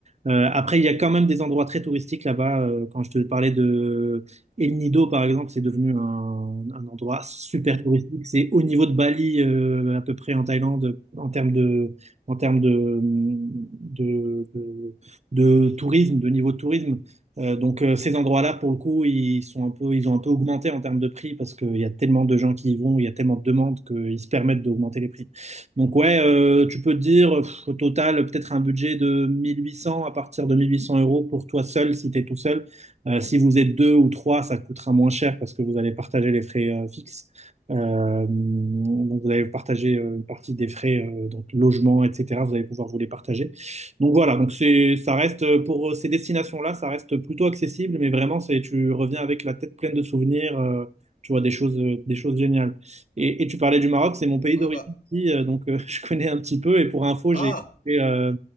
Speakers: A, on the right (about 45°); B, on the left (about 55°).
A: Euh, après, il y a quand même des endroits très touristiques là-bas. Euh, quand je te parlais de El Nido, par exemple, c'est devenu un, un endroit super touristique. C'est au niveau de Bali, euh, à peu près en Thaïlande, en termes de, en termes de, de, de, de tourisme, de niveau de tourisme. Euh, donc, euh, ces endroits-là, pour le coup, ils sont un peu, ils ont un peu augmenté en termes de prix parce qu'il y a tellement de gens qui y vont, il y a tellement de demandes qu'ils se permettent d'augmenter les prix. Donc ouais, euh, tu peux te dire pff, au total peut-être un budget de 1800 à partir de 1800 euros pour toi seul si tu es tout seul. Euh, si vous êtes deux ou trois, ça te coûtera moins cher parce que vous allez partager les frais euh, fixes. Euh, donc vous allez partager euh, une partie des frais, euh, donc logement, etc. Vous allez pouvoir vous les partager. Donc voilà, donc c'est, ça reste euh, pour euh, ces destinations-là, ça reste plutôt accessible, mais vraiment c'est, tu reviens avec la tête pleine de souvenirs. euh, Tu vois des choses, euh, des choses géniales. Et, et tu parlais du Maroc, c'est mon pays
B: Ouais,
A: d'origine
B: bah.
A: partie, euh, donc euh, <laughs> je connais un petit peu. Et pour info, j'ai
B: Ah!
A: fait, euh,